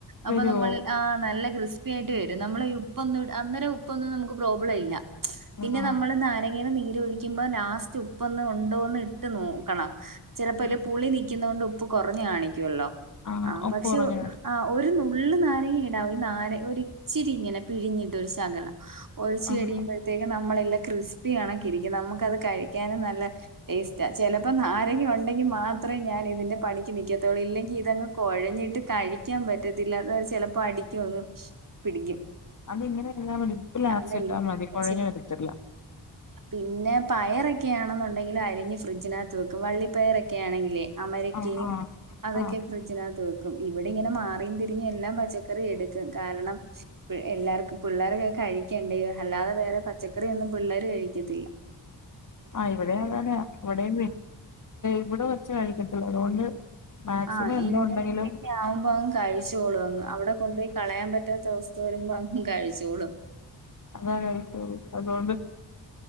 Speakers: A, on the right (about 50°); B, on the left (about 45°).
A: അപ്പൊ
B: വരുവോ
A: നമ്മൾ ആഹ് നല്ല ക്രിസ്പിയയിട്ട് വരും നമ്മൾ ഉപ്പൊന്നും അന്നനെ ഉപ്പൊന്നും നമുക്ക് പ്രോബ്ലം ഇല്ല പിന്നെ
B: ആ
A: നമ്മള് നാരങ്ങേന നീര് ഒഴിക്കുമ്പോ ലാസ്റ്റ് ഉപ്പ് ഒന്ന് കൊണ്ടോന്ന് ഇ ഇട്ട് നോക്കണം ചിലപ്പ
B: ഉം
A: ഇല്ല പുളി നിൽക്കുന്നകൊണ്ട് ഉപ്പ് കുറഞ്ഞഞ് കാണിക്കുവല്ലോ
B: ആഹ
A: ആ
B: ഒപ്പ്
A: പക്ഷെ
B: കുറഞ്ഞ
A: ആ ഒരു നുള്ള് നാരങ്ങ ഇടാവും ഈ നാര ഒരു ഇച്ചിരി ഇങ്ങനെ പിഴിഞ്ഞിട്ട് ഒരു ശകല ഒഴിച്ച്
B: ആഹ്
A: കയുമ്പോഴത്തേക്കും നമ്മളെല്ലാം ക്രിസ്പി കണക്കെ ഇരിക്കും നമുക്ക്ത് കഴിക്കാനും നല്ല വേസ്റ്റ് ചെിലപ്പോ ആരെങ്കിലും ഉണ്ടെങ്കിൽ മാത്രമേ ഞാൻ ഇതിന്റെ പണിക്ക് നൽിക്കത്തോുള്ളൂ ഇല്ലെങ്കിൽ ഇതങ് കുഴഞ്ഞിട്ട് കഴിക്കാൻ പറ്റത്തില്ലത ചിലപ്പോ അടിക്കുംങ് പിടിക്കും
B: അതിങ്ങനെ ചെയ്താൽ മതി ഉപ്പ് ലാസ്റ്റിട്ടാൽ
A: അതാ
B: മതി കുഴഞ്ഞു വരത്തില്ല
A: പിന്നെ പയറൊക്കെയാണെന്നുണ്ടെങ്കിലും അരിഞ്ഞ് ഫ്രിഡ്ജിനകത്ത് വെക്കും വള്ളിപ്പയറൊക്കെ ആണെങ്കിലേ അമരിക്കയും
B: ആഹ് ആഹ്
A: അതൊക്കെ
B: ആഹ്
A: ഫ്രിഡ്ജ് കത്ത് വെക്കും ഇവിടെ ഇങ്ങനെ മാറിയും തിരിഞ്ഞ് എല്ലാം പച്ചക്കറി എടുക്കും കാരണം എല്ലാവർക്കും പിള്ളേൊക്കെ കഴിക്കണ്ടോ അല്ലാതെ വേറെ പച്ചക്കറിയൊന്നും പിള്ളേർ കഴിക്ക ത്തില്ല
B: ആ് ഇവിടെ അതണെയ ഇവിടെയും ഇവിടെ വച്ച് കഴിക്കത്തില്ല അതുകൊണ്ട് മാക്സിമം
A: ആ
B: എന്താ
A: ഇങ്ങനെയൊക്കെ
B: ഉണ്ടെങ്കിലും
A: ആവുമ്പോ അങ്ങ് കഴിച്ചോളും അങ്ങ് അവിടെ കൊണ്ടപോയി കളയാൻ പറ്റാത്ത അവസ്ഥ വരുമ്പോ അങ്ങ് കഴിച്ചോളും
B: അതാ കഴിച്ച അതുകൊണ്ട്